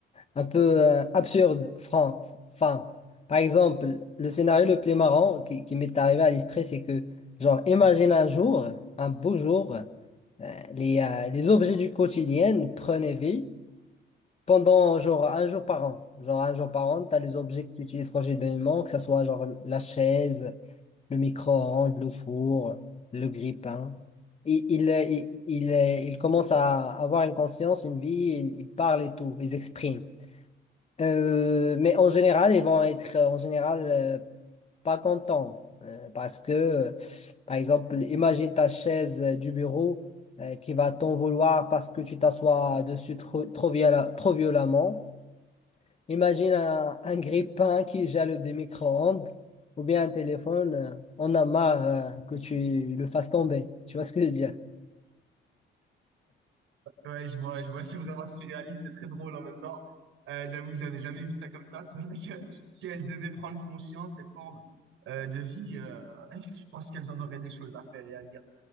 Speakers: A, on the left (about 30°); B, on the right (about 85°).
A: un peu euh, absurdes, francs, enfin. Par exemple, le scénario le plus marrant qui, qui m'est arrivé à l'esprit, c'est que, genre, imagine un jour, un beau jour, euh, les, euh, les objets du quotidien prenaient vie pendant genre un jour par an. Genre un jour par an, tu as les objets que tu utilises quotidiennement, que ce soit genre la chaise, le micro-ondes, le four, le grille-pain. Il, il, euh, il, il, euh, il commence à avoir une conscience, une vie, il, il parle et tout, ils expriment. Euh, mais en général, ils vont être euh, en général euh, pas contents euh, parce que, euh, par exemple, imagine ta chaise euh, du bureau euh, qui va t'en vouloir parce que tu t'assois dessus trop, trop viola- trop violemment. Imagine un, un grille-pain qui gèle des micro-ondes ou bien un téléphone, euh, on a marre euh, que tu le fasses tomber. Tu vois ce que je veux dire?
B: Ouais, je vois, je vois, <laughs> c'est vraiment surréaliste et très drôle en même temps. Euh, j'avoue que j'avais jamais vu ça comme ça. <laughs> C'est vrai que si elles devaient prendre conscience et forme euh, de vie, euh, <laughs> je pense qu'elles en auraient des choses à faire et à dire.